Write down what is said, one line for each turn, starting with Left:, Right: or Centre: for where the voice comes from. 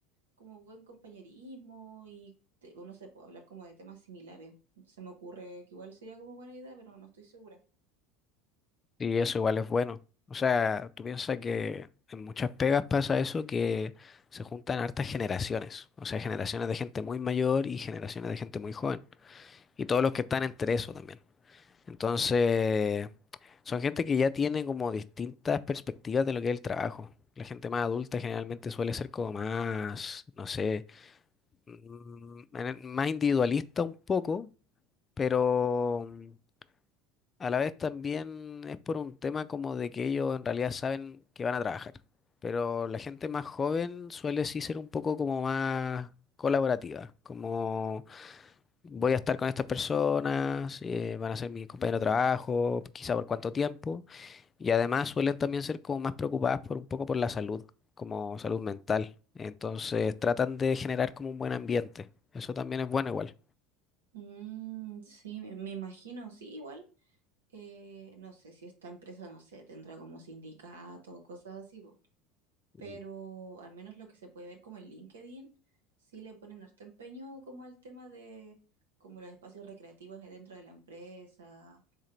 Right: como buen compañerismo y te- uno se puede hablar como de temas similares. Se me ocurre que igual sería como buena idea, pero no estoy segura.
Left: Y eso igual es bueno. O sea, tú piensas que en muchas pegas pasa eso, que se juntan hartas generaciones, o sea, generaciones de gente muy mayor y generaciones de gente muy joven, y todos los que están entre eso también. Entonces, son gente que ya tiene como distintas perspectivas de lo que es el trabajo. La gente más adulta generalmente suele ser como más, no sé, mm, en el- más individualista un poco, pero mm, a la vez también es por un tema como de que ellos en realidad saben que van a trabajar. Pero la gente más joven suele sí ser un poco como más colaborativa, como voy a estar con estas personas, eh, van a ser mis compañeros de trabajo, quizá por cuánto tiempo, y además suelen también ser como más preocupadas por un poco por la salud, como salud mental. Entonces tratan de generar como un buen ambiente. Eso también es bueno igual.
Right: Mm, sí, me, me imagino, sí, igual. eh, no sé si esta empresa, no sé, tendrá como sindicato, cosas así, po.
Left: Ujú.
Right: pero al menos lo que se puede ver como en LinkedIn, sí le ponen harto empeño como al tema de como los espacios recreativos de dentro de la empresa,